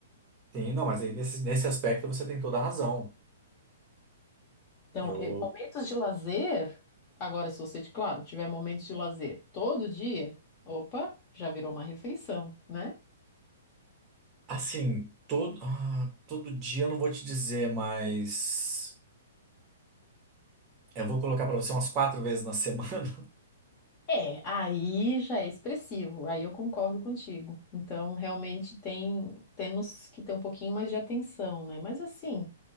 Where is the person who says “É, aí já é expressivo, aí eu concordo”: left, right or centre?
Left